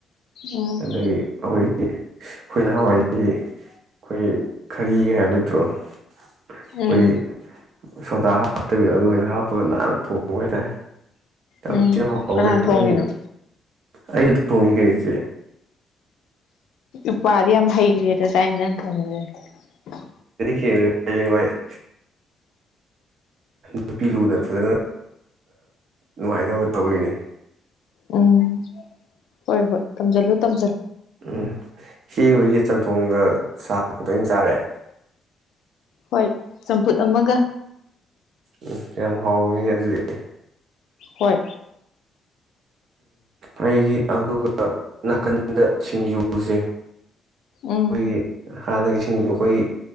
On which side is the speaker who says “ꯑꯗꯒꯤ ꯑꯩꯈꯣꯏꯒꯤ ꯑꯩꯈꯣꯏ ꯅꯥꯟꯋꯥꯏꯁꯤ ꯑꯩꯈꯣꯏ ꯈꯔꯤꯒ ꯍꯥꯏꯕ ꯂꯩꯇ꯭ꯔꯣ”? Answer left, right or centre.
Right